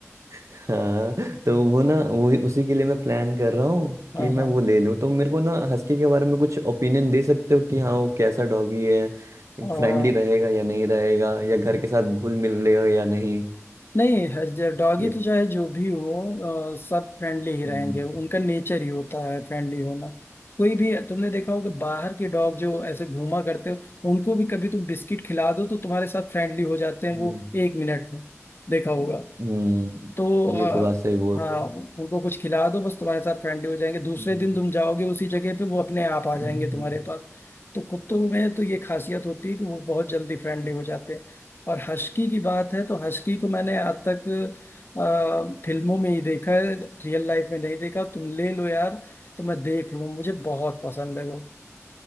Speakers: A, on the right; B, on the left.
A: हाँ तो
B: हम्म,
A: वो ना वो उसी के लिए मैं प्लान कर रहा हूँ
B: हाँ
A: कि मैं
B: हाँ
A: वो ले लूँ तो मेरे को ना हस्की के बारे में कुछ ओपिनियन दे सकते हो कि हाँ वो कैसा डॉगी है
B: हाँ।
A: फ्रेंडली रहेगा या नहीं रहेगा या घर के साथ घुल मिल लेगा या नहीं
B: नहीं हर डॉगी
A: ये
B: तो चाहे जो भी हो अ, सब फ्रेंडली ही रहेंगे
A: हम्म,
B: उनका नेचर ही होता है फ्रेंडली होना कोई भी तुमने देखा होगा बाहर के डॉग जो ऐसे घूमा करते हो उनको भी कभी तुम बिस्किट खिला दो तो तुम्हारे साथ फ्रेंडली हो जाते हैं
A: हम्म,
B: वो एक मिनट में देखा होगा
A: हम्म
B: तो अ,
A: ये तो बात सही बोल
B: हाँ
A: रहे हो
B: उनको कुछ खिला दो बस तुम्हारे साथ फ्रेंडली हो जाएंगे दूसरे
A: <laughs>
B: दिन तुम जाओगे उसी जगह पे वो अपने आप आ जाएंगे
A: हम्म।
B: तुम्हारे पास तो कुत्तों में तो ये खासियत होती है कि वो बहुत जल्दी फ्रेंडली हो जाते हैं और हस्की की बात है तो हस्की को मैंने आज तक अ, फिल्मों में ही देखा है रियल लाइफ में नहीं देखा तुम ले लो यार तो मैं देख लूँ मुझे बहुत पसंद है वो